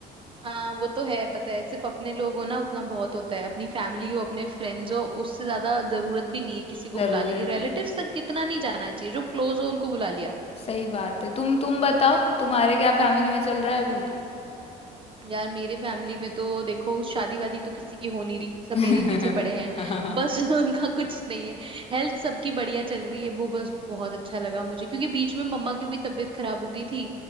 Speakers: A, on the right; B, on the left.
A: हाँ वो तो है पता है सिर्फ अपने लोग हो ना उतना बहुत होता है अपनी फैमिली हो अपने फ्रेंड्स हो उससे ज्यादा जरूरत भी नहीं है किसी को
B: जरूरत
A: बुलाने की रिलेटिव्स
B: नहीं
A: तक कितना नहीं जाना चाहिए जो क्लोज हो उनको बुला लिया
B: सही बात है तुम तुम बताओ तुम्हारे क्या फैमिली में चल रहा है अभी
A: यार मेरे फैमिली में तो देखो शादी वादी तो किसी की हो नहीं रही सब
B: <laughs>
A: मेरे ही पीछे पड़े हैं बस <laughs> उनका कुछ नहीं है हेल्थ सबकी बढ़िया चल रही है वो बस बहुत अच्छा लगा मुझे क्योंकि बीच में मम्मा की भी तबीयत खराब हो गई थी